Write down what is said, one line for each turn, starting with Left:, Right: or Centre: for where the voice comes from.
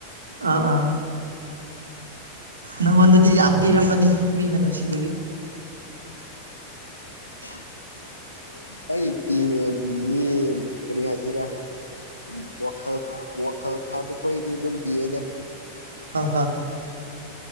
Right: ꯑꯥ ꯑꯥ ꯅꯪꯉꯣꯟꯗꯗꯤ ꯌꯥꯝ ꯄꯤꯔꯃꯅꯤ ꯃꯤꯅ ꯅꯨꯡꯁꯤꯕꯒꯤ
Left: <inaudible> ꯑꯩ ꯄꯅꯦ ꯃꯤ ꯀꯔꯤ ꯍꯥꯏꯁꯤꯦꯔ ꯎ ꯋꯥꯈꯜ ꯋꯥꯈꯜ ꯐꯕꯈꯣꯏꯗꯤ ꯑꯗꯨꯝ ꯄꯤꯌꯦꯦꯗ
Right: ꯍ ꯍꯥ